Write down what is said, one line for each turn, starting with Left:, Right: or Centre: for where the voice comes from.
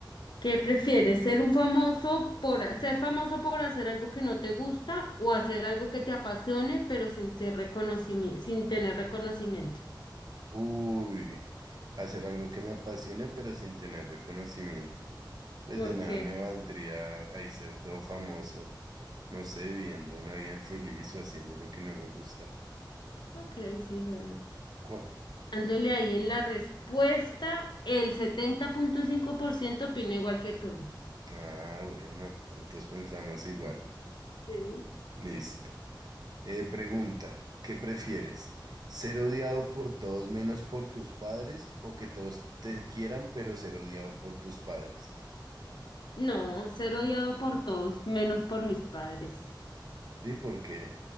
Left: ¿Qué prefieres? ¿Ser un famoso por ha- ser famoso por hacer algo que no te gusta o hacer algo que te apasione pero sin ser reconocimiento, sin tener reconocimiento?
Right: Uy, hacer algo que me apasione, pero sin tener reconocimiento. Pues
Left: Porque,
Right: de nada me valdría ahí ser todo famoso, no sé, viviendo una vida infeliz o haciendo lo que no me gusta.
Left: ok, sí, bueno.
Right: Cu-
Left: Dándole ahí en la respuesta, el setenta punto cinco por ciento opina igual que tú.
Right: Ah, bueno, nosotros pensamos igual.
Left: Sí.
Right: Listo. Eh, pregunta, ¿qué prefieres? ¿Ser odiado por todos menos por tus padres o que todos te quieran pero ser odiado por tus padres?
Left: No, ser odiado por todos, menos por mis padres.
Right: Sí, porque